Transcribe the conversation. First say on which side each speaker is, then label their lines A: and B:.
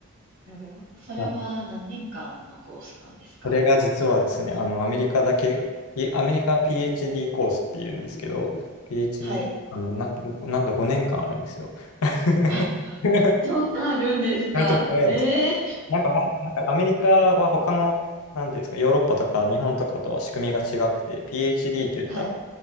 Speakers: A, on the right; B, on the left.
A: なるほど。それは何年間のコースなんですか
B: あそれが実はですね、あの、アメリカだけ、
A: はい。
B: いアメリカ PhD コースっていうんですけど、PhD、
A: はい。
B: あの、な、なんと5年間あるんですよ。<laughs>
A: <laughs> え
B: め
A: どんなあるんですかええ
B: ちゃくちゃ長いです。なんかほん、なんかアメリカは他の、なんていうんですか、ヨーロッパとか日本とかとは仕組みが違くて、PhD って言ったら、
A: はい。